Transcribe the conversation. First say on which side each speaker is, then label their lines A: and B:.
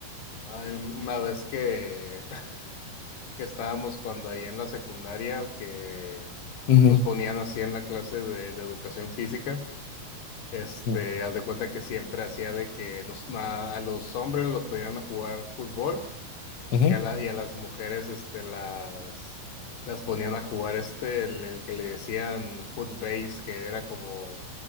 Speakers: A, on the left (about 85°); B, on the left (about 55°).
A: hay un- una vez que, <laughs> que estábamos cuando ahí en la secundaria, que
B: ujú,
A: nos ponían así en la clase de, de educación física. Este,
B: ujú,
A: haz de cuenta que siempre hacía de que nos, a a los hombres los ponían a jugar fútbol.
B: ujú.
A: Y a, la, y a las mujeres este, las, las ponían a jugar este, el, el que le decían footbase, que era como